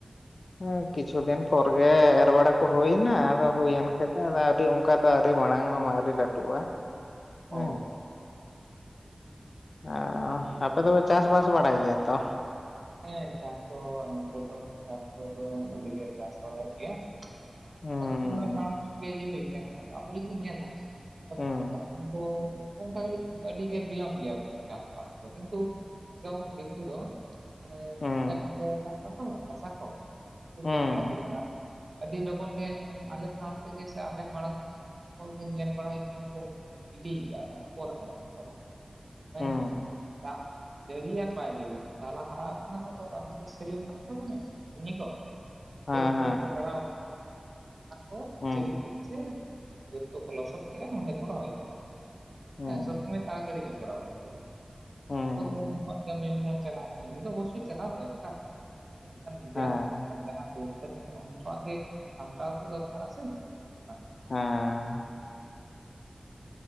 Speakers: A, on the left (about 80°); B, on the right (about 65°).
A: ᱦᱮᱸ ᱠᱤᱪᱷᱩ ᱫᱤᱱ ᱯᱚᱨ ᱜᱮ ᱮᱨ ᱵᱟᱲᱟ ᱠᱚ ᱦᱩᱭᱱᱟ, ᱦᱩᱭᱮᱱ ᱠᱷᱟᱡ ᱫᱚ ᱟᱹᱰᱤ ᱚᱱᱠᱟ ᱫᱚ ᱟᱣᱨᱤ ᱢᱟᱲᱟᱝ ᱟᱹᱣᱨᱤ ᱞᱟᱹᱴᱩᱜᱼᱟ ᱦᱮᱸ᱾
B: ᱚ
A: ᱮᱸ ᱟᱯᱮ ᱫᱚᱯᱮ ᱪᱟᱥ ᱵᱟᱥ ᱵᱟᱲᱟᱭ ᱜᱮᱭᱟ ᱛᱚ?
B: ᱦᱮᱸ ᱪᱟᱥ ᱫᱚ ᱱᱚᱱᱛᱮ ᱫᱚ ᱪᱟᱥ ᱠᱚᱫᱚ ᱟᱹᱰᱤ ᱜᱮ ᱡᱟᱥ ᱵᱟᱲᱟᱭᱮᱜ ᱜᱮᱭᱟ,
A: ᱦᱩᱸ
B: ᱚᱱᱟ ᱠᱷᱟᱛᱤᱨ ᱢᱟᱲᱟᱝ ᱤᱭᱟᱹ ᱦᱩᱭ ᱠᱟᱱᱟ ᱟᱫᱚ ᱟᱵᱚ ᱡᱩᱫᱤ ᱵᱚᱱ ᱧᱮᱞᱟ ᱟᱵᱚ
A: ᱦᱩᱸ
B: ᱥᱟᱱᱛᱟᱲ ᱫᱚ ᱚᱱᱠᱟ ᱠᱟᱴᱤᱡ ᱟᱹᱰᱤ ᱜᱮ ᱵᱤᱭᱚᱢ ᱜᱮᱭᱟᱵᱚᱱ ᱪᱟᱥᱵᱟᱥ ᱫᱚ ᱠᱤᱱᱛᱩ ᱡᱮᱢᱚᱱ ᱫᱤᱠᱩ ᱫᱚ ᱢᱟᱱᱮ
A: ᱦᱩᱸ
B: ᱟᱞᱮ ᱱᱚᱛᱮ ᱦᱚᱲ ᱢᱮᱱᱟᱜ ᱠᱚᱣᱟᱛᱚ ᱪᱟᱥᱟ ᱠᱚ, ᱩᱱᱠᱩ
A: ᱦᱩᱸ
B: ᱧᱮᱞ ᱵᱟᱲᱟ ᱦᱩᱭ ᱟᱠᱟᱱᱟ᱾ ᱟᱹᱰᱤ ᱞᱚᱜᱚᱱ ᱜᱮ ᱟᱞᱮ ᱥᱟᱶ ᱛᱮᱜᱮ ᱥᱮ ᱟᱞᱮ ᱢᱟᱲᱟᱝ ᱠᱚᱞ ᱜᱮ ᱧᱮᱞ ᱵᱟᱲᱟᱭ ᱠᱟᱱᱟ ᱠᱚ ᱤᱫᱤᱭ ᱜᱮᱭᱟ ᱠᱚ ᱟᱯᱚᱨ ᱠᱟᱱᱟᱠᱚ ᱛᱚᱞᱟ᱾ ᱦᱚᱭ
A: ᱦᱩᱸ
B: ᱫᱟᱜ ᱡᱟᱲᱤᱭᱮᱱ ᱵᱟᱭ ᱡᱟᱲᱤᱭᱮᱱ ᱛᱟᱞᱟ᱾ ᱦᱟᱨᱟ ᱠᱟᱱᱟ ᱠᱚ ᱱᱚᱛᱮ ᱥᱮᱞᱤᱝ ᱱᱟᱜᱛᱚ ᱫᱚᱢᱮ ᱩᱱᱤ ᱫᱚᱼ
A: ᱦᱮᱸ
B: ᱵᱟᱹᱛ ᱠᱚᱨᱮ
A: ᱦᱮᱸ
B: ᱠᱚ ᱜᱟᱲᱟᱣ ᱠᱟᱜᱼᱟ ᱟᱨ ᱠᱚ
A: ᱦᱩᱸ
B: ᱪᱟᱹᱞᱩ ᱠᱮᱜ ᱪ ᱵᱟᱹᱛ ᱠᱚᱠᱚ ᱞᱚᱥᱚᱫ ᱠᱮᱜᱼᱟ ᱚᱸᱰᱮ ᱠᱚ ᱨᱚᱦᱚᱭ ᱠᱮᱜᱼᱟ
A: ᱦᱩᱸ
B: ᱦᱮᱸ ᱥᱚᱵ ᱥᱚᱢᱚᱭ ᱛᱟᱲᱟᱛᱟᱹᱲᱤ ᱠᱚ ᱠᱚᱨᱟᱣ ᱠᱮᱫ-ᱟ
A: ᱦᱩᱸ
B: ᱟᱵᱚ ᱫᱚ ᱩᱱᱠᱩᱣᱟᱜ ᱠᱦᱮᱛ ᱨᱮᱜᱮ ᱵᱚᱱ ᱪᱟᱞᱟᱜᱼᱟ ᱠᱟᱢᱤ ᱫᱚ ᱚᱵᱚᱥᱳᱭ ᱪᱟᱞᱟᱣ ᱫᱚᱨᱠᱟᱨᱼᱼ ᱮᱰᱮᱠᱦᱟᱱ ᱱᱤᱡᱮᱨᱟᱜ
A: ᱦᱮᱸ
B: ᱡᱟᱦᱟᱸ ᱵᱳᱛ ᱥᱮ ᱪᱮᱜᱟ ᱚᱱᱠᱟ ᱜᱮ ᱥᱟᱢᱴᱞᱣ ᱛᱚ ᱫᱚᱨᱠᱟᱨᱟ ᱥᱮ <inaudible>
A: ᱦᱸᱮ